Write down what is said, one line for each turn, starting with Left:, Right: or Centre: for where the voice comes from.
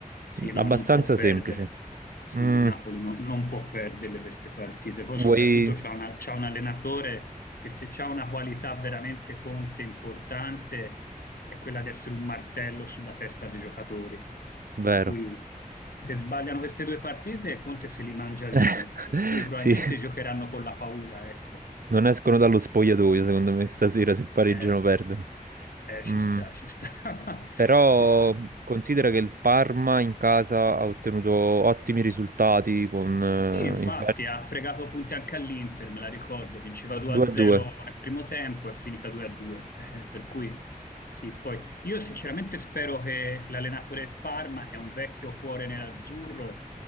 Left: Sì, no,
Right: abbastanza
Left: non può perdere.
Right: semplice.
Left: Sì,
Right: Mm,
Left: il Napoli no- non può perdere queste partite. Poi
Right: vuoi...
Left: soprattutto c'ha una- c'ha un allenatore che se c'ha una qualità veramente Conte importante è quella di essere un martello sulla testa dei giocatori.
Right: Vero.
Left: Per cui se sbagliano queste due partite Conte se li mangia vivi,
Right: <laughs>
Left: per cui probabilmente
Right: Sì,
Left: giocheranno con la paura, ecco.
Right: non escono dallo spogliatoio secondo me stasera se pareggiano
Left: Eh,
Right: perdono.
Left: eh, ci
Right: Mm.
Left: sta, ci sta, <laughs>
Right: Però
Left: ci sta.
Right: considera che il Parma in casa ha ottenuto ottimi risultati con eh,
Left: Sì, infatti
Right: in Svezia
Left: ha fregato punti anche all'Inter, me la ricordo, vinceva 2-0
Right: 2-2.
Left: nel primo tempo e è finita 2-2, Eh, per cui sì, poi io sinceramente spero che l'allenatore del Parma, che è un vecchio cuore nerazzurro,